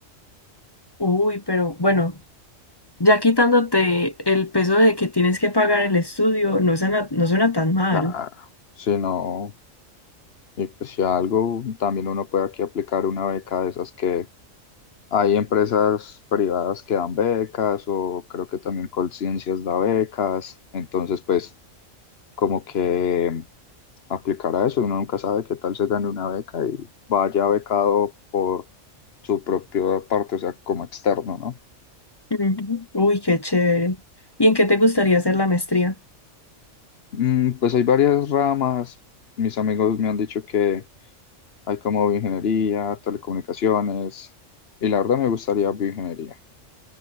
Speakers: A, on the left; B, on the left.
A: Uy, pero bueno, ya quitándote el peso de que tienes que pagar el estudio, no suena, no suena tan mal.
B: Claro, si no, y pues si algo, también uno puede aquí aplicar una beca de esas que hay empresas privadas que dan becas o creo que también Colciencias da becas, entonces pues como que aplicar a eso, uno nunca sabe qué tal se gane una beca y vaya becado por su propia parte, o sea, como externo, ¿no?
A: Ujú. Uy, qué chévere. ¿Y en qué te gustaría hacer la maestría?
B: Mm, pues hay varias ramas. Mis amigos me han dicho que hay como bioingeniería, telecomunicaciones, y la verdad me gustaría bioingeniería.